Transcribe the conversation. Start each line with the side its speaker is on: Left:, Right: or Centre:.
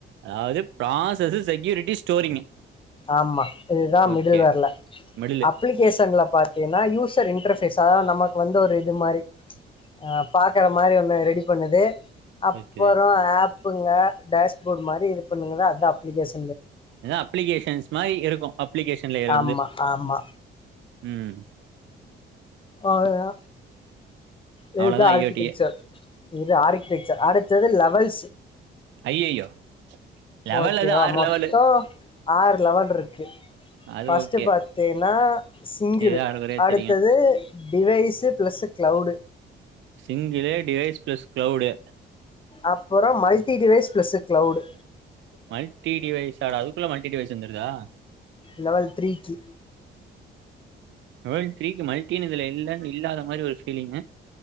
Right: அதாவது ப்ராசஸு செக்யூரிட்டி ஸ்டோரிங்கு
Left: ஆமா இதுதான்
Right: ஓகே
Left: மிடில் வேர்ல
Right: மிடிலு
Left: அப்ளிகேஸன்ல பாத்தீனா யூசர் இன்ரஃபேசா நம் வந்த ஒரு இது மாரி ஆ பாக்கற மாரி ஒன்னு ரெடி பண்ணுது அப்பொறொ
Right: இருக்குது
Left: ஆப்புங்க டேஸ்போட் மாரி இது பன்னுங்கல அதா அப்ளிகேஷ்
Right: ஏனா அப்ளிகேஷன்ஸ் மாயி இருக்கு அப்ளிகேஷன்லேயர்
Left: ஆமா
Right: வந்து
Left: ஆமா
Right: ம்
Left: அவ்லதா இது
Right: அவ்ளோதா
Left: தா
Right: ஐ
Left: ஆர்கிடெக்சர்
Right: ஓ டி
Left: இது ஆர்கிடெக்சர் ஆறு அடுத்தது லவல்
Right: அய்யய்யோ லெவல்
Left: ஓகேவா
Right: அது ஆறு
Left: மொத்தோ
Right: லெவலு
Left: ஆறு லெவல் இருக்கு
Right: அது
Left: ஃபஸ்ட்
Right: ஓகே
Left: பாத்தீன்னா சிங்கிளு
Right: ஏதோ ஆறு குறையா
Left: அடுத்தது
Right: தெரியு
Left: டிவைஸ்ஸு ப்ளஸு கிளௌவ்டு
Right: சிங்கிளே டிவைஸ் பிளஸ் க்ளௌவ்டு
Left: அப்பறோம் multi device plus cloud
Right: multi device அட அதுக்குள்ள மல்டிடிவைஸ் வந்துருதா
Left: லவல் த்ரீக்கி
Right: லவல் த்ரீக்கி மல்ட்டின் இதுல இல்லன் இல்லாத மாதிரி ஒரு ஃபீலிங்கு